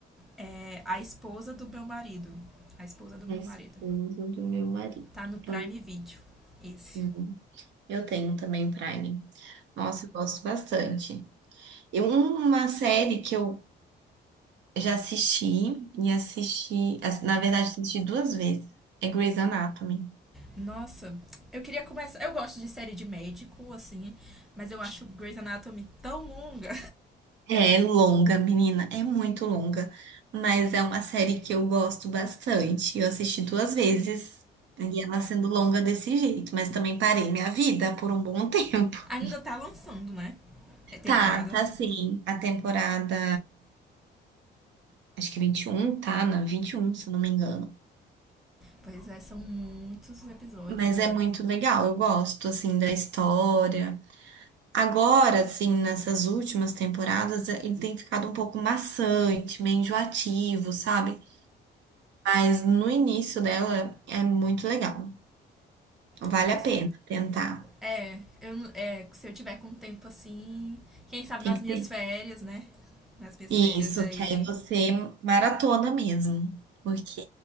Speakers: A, in the centre; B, on the right (about 80°).
A: É a esposa do meu marido. A esposa do meu
B: A esposa
A: marido.
B: do meu marido.
A: Tá no Prime
B: Tô
A: Video. Esse.
B: anotando. Eu tenho também Prime. Nossa, eu gosto bastante. Eu, uma série que eu já assisti e assisti, as- na verdade, assisti duas vezes, é Grey's Anatomy.
A: Nossa, eu queria começar. Eu gosto de série de médico, assim, mas eu acho Grey's Anatomy tão longa.
B: É longa, menina, é muito longa, mas é uma série que eu gosto bastante. Eu assisti duas vezes e ela sendo longa desse jeito, mas também parei minha vida por um bom <laughs> tempo.
A: <laughs> Ainda tá lançando, né? É, Temporadas.
B: Tá, tá sim. A temporada, acho que é vinte e um tá na vinte e um se eu não me engano.
A: Pois é, são muitos episódios,
B: Mas
A: né?
B: é muito legal, eu gosto assim da história. Agora, assim, nessas últimas temporadas, eh, ele tem ficado um pouco maçante, meio enjoativo, sabe? Mas no início dela é muito legal.
A: Nossa.
B: Vale a pena tentar.
A: É, eu é, se eu tiver com tempo assim, quem sabe
B: Tem
A: nas
B: que
A: minhas
B: ter.
A: férias, né? Nas minhas
B: Isso,
A: férias aí
B: que aí você maratona mesmo, porque